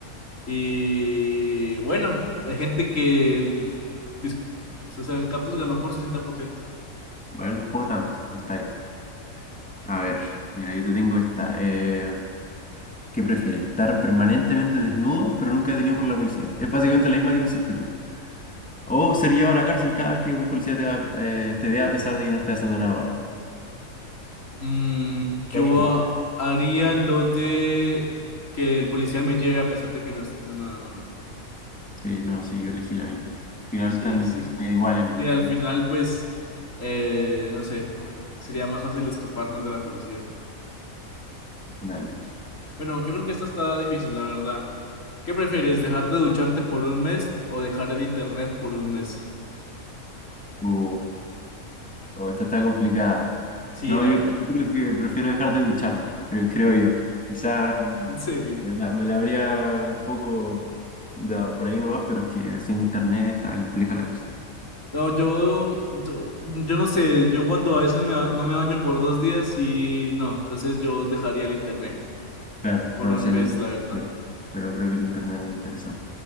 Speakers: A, on the left; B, in the centre.
A: Y bueno, hay gente que, dis- o sea, el cactus ganó por 60%.
B: Bueno, tampoco tanto, pero está bien. A ver, mira, yo te tengo esta. Eh, ¿qué prefieres? ¿Estar permanentemente desnudo, pero nunca detenido por la policía? Es básicamente la misma que me hiciste tú. O ser llevado a la cárcel cada vez que un policía te, va- eh, te vea a pesar de que no esté haciendo nada malo.
A: Mm, yo
B: La misma.
A: haría lo de que el policía me lleve a pesar de que no esté haciendo nada malo.
B: Sí, no, sí, yo elegí la misma. Al final
A: Sí,
B: están
A: <laughs> sí.
B: medio iguales las
A: Y
B: respuestas.
A: al final, pues, eh, no sé, sería más fácil escaparnos de la policía.
B: Dale, dale.
A: Bueno, yo creo que esto está difícil, la verdad. ¿Qué prefieres, dejar de ducharte por un mes o dejar el internet por un mes?
B: Uh, oh, esta está complicada.
A: Sí,
B: No,
A: la
B: yo
A: verdad.
B: creo
A: <laughs>
B: que prefiero dejar de ducharme, creo, creo yo. Quizá
A: En serio.
B: me la, me la habría un poco dado por ahí nomás, pero es que sin internet está compleja la cosa.
A: No, yo, yo, yo no sé, yo cuando a veces me, ba- no me baño por dos días y no, entonces yo dejaría el internet
B: Claro,
A: por
B: no
A: un
B: sé
A: mes,
B: a mí,
A: la verdad.
B: claro, pero creo que el internet me interesa.